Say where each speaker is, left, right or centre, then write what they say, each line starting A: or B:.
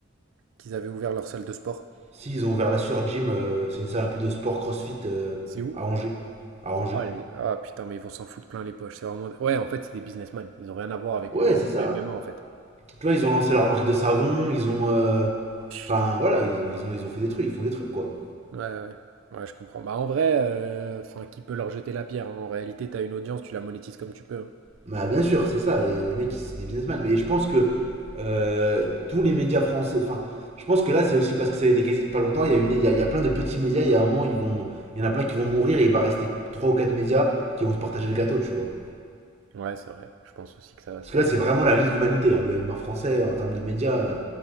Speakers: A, on the right (about 85°); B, on the right (about 35°).
A: qu'ils avaient ouvert leur salle de sport.
B: Si, ils ont ouvert la Sur Gym, euh, c'est une salle un peu de sport crossfit euh,
A: C'est où?
B: à Angers. À Angers.
A: Ah, les- ah, putain, mais ils vont s'en foutre plein les poches. C'est vraiment, ouais, en fait, c'est des businessmen. Ils ont rien à voir avec
B: Ouais,
A: le, le
B: c'est ça.
A: MMA en fait.
B: Tu vois, ils ont lancé leur marque de savon, ils ont. euh,
A: Putain.
B: Enfin, voilà, ils, ils ont, ils ont fait des trucs, ils font des trucs, quoi.
A: Ouais, ouais. Ouais, je comprends. Bah en vrai, euh, enfin, qui peut leur jeter la pierre, hein En réalité, t'as une audience, tu la monétises comme tu peux. hein.
B: Bah, bien sûr, c'est ça. Et les mecs, c'est des businessmen. Mais je pense que euh, tous les médias français. Enfin, je pense que là, c'est aussi parce que ça a été cassé depuis pas longtemps. Il y, a une, il, y a, il y a plein de petits médias. Il y a un moment, ils vont, il y en a plein qui vont mourir et il va rester 3 ou 4 médias qui vont se partager le gâteau, tu vois.
A: Ouais, c'est vrai. Je pense aussi que ça, va-
B: Parce
A: ça
B: que là,
A: va
B: c'est
A: se
B: vraiment
A: faire.
B: la Ligue de l'humanité. hein, le MMA français, en termes de médias. euh,